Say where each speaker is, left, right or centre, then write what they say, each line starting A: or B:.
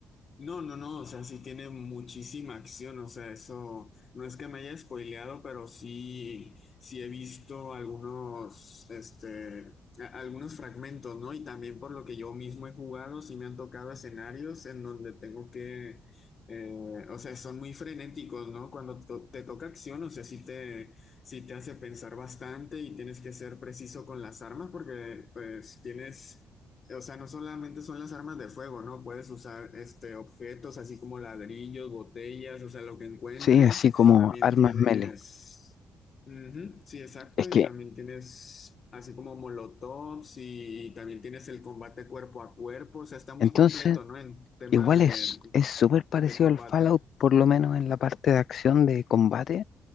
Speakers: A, on the left; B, on the left.
A: No, no, no, o sea, sí tiene muchísima acción, o sea, eso no es que me haya spoileado, pero sí, sí he visto algunos, este, a- algunos fragmentos, ¿no? Y también por lo que yo mismo he jugado, sí me han tocado escenarios en donde tengo que, eh, o sea, son muy frenéticos, ¿no? Cuando to- te toca acción, o sea, sí te, sí te hace pensar bastante y tienes que ser preciso con las armas porque, pues, tienes o sea, no solamente son las armas de fuego, ¿no? Puedes usar este objetos así como ladrillos, botellas, o sea, lo que encuentres.
B: Sí, así como
A: También
B: armas
A: tienes,
B: melee.
A: Ujú, sí, exacto,
B: Es
A: y
B: que
A: también tienes así como molotovs y también tienes el combate cuerpo a cuerpo. O sea, está muy
B: entonces
A: completo, ¿no? En temas
B: igual
A: de,
B: es es súper parecido
A: de combate.
B: al Fallout, por lo menos en la parte de acción de combate,